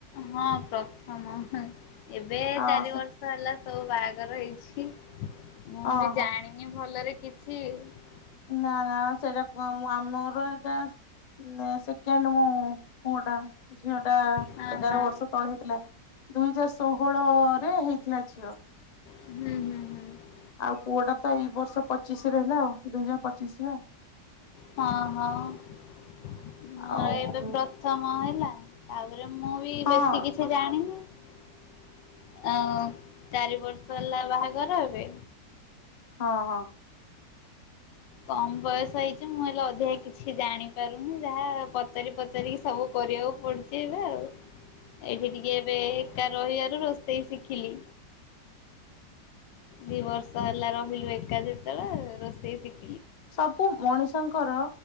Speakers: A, on the left; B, on the left.
A: ହଁ ପ୍ରଥମ । ଏବେ
B: ହଁ
A: ଚାରି
B: ସେ
A: ବର୍ଷ ହେଲା ସବୁ ବାହାଘ ଘର ହେଇଛି । ମୁଁ
B: ଓହୋ
A: ବି ଜାଣିନି ଭଲରେ । କିଛି ।
B: ନା ନା ସେଇଟା କୁଆ ଆମର ଏଟା ଏ ସେକେଣ୍ଡ ମୁଁ । ପୁଅଟା ଝିଅ ଟା
A: ହଁ
B: ଏଗାର
A: ହଁ
B: ବର୍ଷ ତଳେ ହେଇଥିଲା । ଦୁଇ ହଜାର ଷୋହଳରେ ହେଇଥିଲା ଝିଅ ।
A: ହୁଁ ହୁଁ ହୁଁ ।
B: ଆଉ ପୁଅ ଟା ତ ଏଇ ବର୍ଷ ପଚିଶି ରେ ହେଲା ଆଉ ଦୁଇ ହଜାର ପଚିଶି ରେ ଆଉ ।
A: ହଁ ହଁ । ମୋର
B: ଆଉ
A: ଏବେ
B: ହଁ
A: ପ୍ରଥମ ହେଲା । ଆଉ। ତା ପରେ ମୁଁ ବି
B: ହଁ
A: ବେଶୀ କିଛି ଜାଣିନି । ଆଉ ଚାରି ବର୍ଷ ହେଲା ବାହାଘର ଏବେ।
B: ହଁ ହଁ ।
A: କମ ବୟସ ହେଇଛି ମୁଁ ହେଲେ ଅଧିକା କିଛି ଜାଣିପାରୁନି ଯାହା ପଚାରି ପଚାରିକି ସବୁ କରିବାକୁ ପଡୁଛି ଏବେ ଆଉ ଏଇଠି ଟିକେ ଏବେ ଏକା ରହିବାରୁ ରୋଷେଇ ଶିଖିଲି ଦି ବର୍ଷ ହେଲା ରହିଲୁ ଏକା ଯେତେବେଳେ ରୋଷେଇ ଶିଖ ।
B: ସବୁ ମଣିଷଙ୍କର